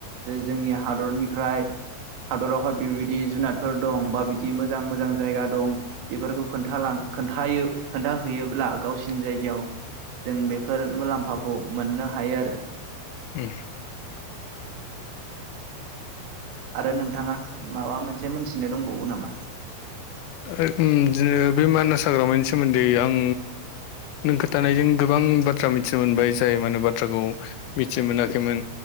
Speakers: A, on the right; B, on the left.
A: जे जोंनि हादरनिफ्राय हादरावहाय बेबायदि जुनादफोर दं बा बिदि मोजां मोजां जायगा दं बेफोरखौ खोन्थालां खोन्थायो खोन्थाहैयोब्ला गावसिनि जायगायाव जों बेफोर मुलाम्फाखौ मोननो हायो आरो
B: ए
A: औ आरो नोंथाङा माबा मोनसे मोनथिनो दंबावो नामा
B: ओम बिदिनो बे मानास हाग्रामानि सोमोन्दै आं नों खोथानायजों गोबां बाथ्रा मिथिनो मोनबाय जाय माने बाथ्राखौ मिथि मोनाखैमोन